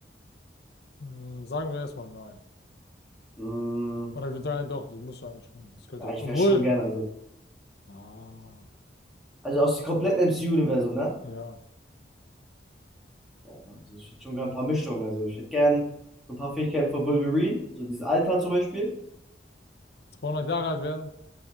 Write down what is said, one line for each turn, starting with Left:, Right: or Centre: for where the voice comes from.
Left: Hm, sagen wir erstmal nein.
Centre: Mm,
Left: Oder wir sagen doch, die musst du eigentlich schon. Das gehört
Centre: ja,
Left: halt.
Centre: ich
Left: Obwohl.
Centre: wäre schon gern, also,
Left: Ah.
Centre: also aus dem kompletten MCU-Universum, ne?
Left: Ja,
Centre: Ja, Also ich hätte schon gern ein paar Mischungen. Also ich hätte gern so ein paar Fähigkeiten von Wolverine, so dieses Alter zum Beispiel.
Left: 200 Jahre alt werden?